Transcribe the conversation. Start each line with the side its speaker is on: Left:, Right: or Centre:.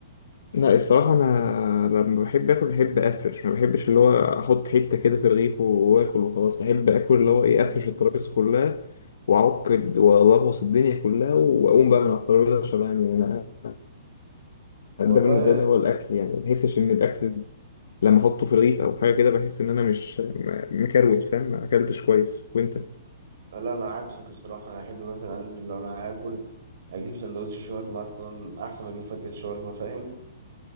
Left: لا الصراحه انا لما بحب اكل بحب افرش ما بحبش اللي هو احط حته كده في رغيف واكل وخلاص بحب اكل اللي هو
Right: مم.
Left: ايه افرش الترابيزه كلها واعك والغوص الدنيا كلها واقوم بقى من على الترابيزه شبعان يعني انا
Right: والله
Left: ده بالنسبه لي هو الاكل يعني ما بحسش ان الاكل لما احطه في رغيف او حاجه كده بحس ان انا مش م- مكروت فاهم ما اكلتش كويس وانت
Right: لا انا عكسك الصراحه انا احب مثلا انزل لو انا هاكل اجيب سندوتش شاورما اصلا احسن ما اجيب فتت شاورما فاهم